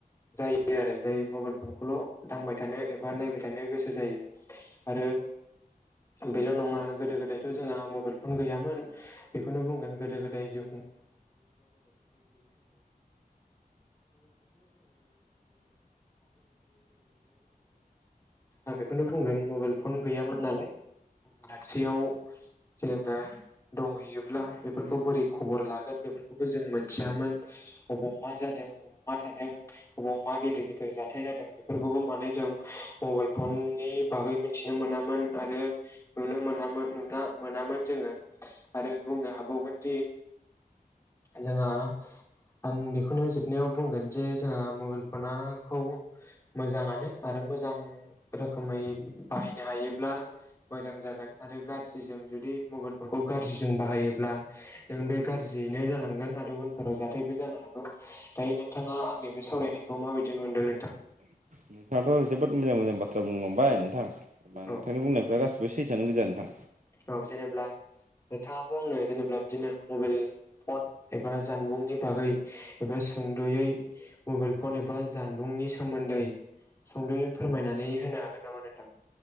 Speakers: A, on the left (about 20°); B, on the right (about 55°).
A: जायो आरो जाय मबेल फनखौल' दांबाय थानो एबा नायबाय थानो गोसो जायो आरो बेल' नङा गोदो गोदायथ' जोंहा मबेल फन गैयामोन बेखौनो बुंगोन गोदो गोदाय जो <unintelligible> <unintelligible> बखौनो बुंगोन मबेल फन गैयामोन नालाय गुबुन दाबसेयाव जेनेबा दंहैयोब्ला बेफोरखौ बोरै खबर लागोन बेफोरखौबो जों मोनथियामोन अबाव मा जादों अबाव मा थादों अबाव मा गिदिर गिदिर जाथाय जादों बेफोरखौबो मानो जों मबेल फन नि बागै मिथिनो मोनामोन आरो नुनो मोनोन मोनामोन जोङो आरो बुंनो हाबावगोन दि
B: <unintelligible>
A: जोंहा आं बेखौनो जोबनायाव बुंगोन जे जोंहा मबेल फना खौ मोजाङानो आरो मोजां रोखोमै बाहायनो हायोब्ला मोजां जागोन आरो गाज्रिजों जुदि मबेल फनखौ गाज्रिजों बाहायोब्ला नों बे गाज्रि जैनो जालांगोन आरो उनफोराव जाथायबो जानो हागौ दायो नोंथाङा आंनि बे सावरायनायखौ माबायदि मोनदों नो
B: नोंथाङाथ' जोबोद मोजां मोजां बाथ्रा बुंलांबाय नोंथां नोंथांनि
A: औ
B: बुंनायफ्रा गासिबो सैथो आनो गोजा नोंथां
A: औ जेनोब्ला नोंथाङाबो आंनो जेनोब्ला बिदिनो मबेल फन एबा जानबुंनि बागै एबा सुंद'यै मबाइल फन एबा जानबुं नि सोमोन्दै सुंद'यै फोरमायनानै होनो हागोन नामा नोंथां